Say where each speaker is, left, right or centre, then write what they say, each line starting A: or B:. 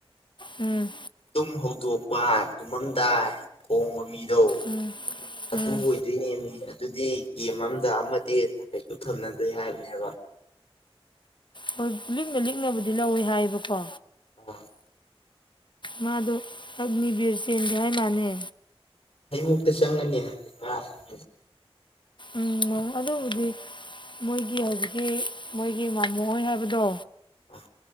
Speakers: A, on the left; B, on the left.
A: ꯎꯝ
B: ꯇꯨꯝ ꯍꯧꯗꯣꯛꯄ ꯇꯨꯝꯃꯝꯗꯥꯏ ꯈꯣꯡꯕ ꯃꯤ ꯖꯣ
A: ꯎꯝ
B: ꯑꯗꯨ
A: ꯎꯝ
B: ꯑꯣꯏꯗꯣꯏꯅꯦꯃꯤ ꯑꯗꯨꯗꯤ ꯀꯦꯝ ꯑꯝꯗ ꯑꯃꯗꯤ ꯀꯩꯁꯨ ꯊꯝꯅꯗꯦ ꯍꯥꯏꯕꯅꯦꯕ
A: ꯍꯣꯏ ꯂꯤꯛꯅ ꯂꯤꯛꯅꯕꯨꯗꯤ ꯂꯧꯋꯦ ꯍꯥꯏꯕꯅꯦꯕꯀꯣ
B: ꯑ
A: ꯃꯥꯗꯣ ꯑꯒꯅꯤꯕꯤꯔ ꯆꯦꯟꯒꯦ ꯍꯥꯏ ꯃꯥꯟꯅꯦ
B: ꯍꯩꯔꯣꯛꯇ ꯆꯪꯒꯅꯤ ꯍꯥꯏꯕꯅꯦ ꯃꯥ ꯍꯥꯏꯔꯝꯃꯤꯅꯦ
A: ꯎꯝ ꯑꯗꯨꯕꯨꯗꯤ ꯃꯣꯏꯒꯤ ꯍꯧꯖꯤꯛꯀꯤ ꯃꯣꯏꯒꯤ ꯃꯃꯣꯍꯣꯏ ꯍꯥꯏꯕꯗꯣ
B: ꯑ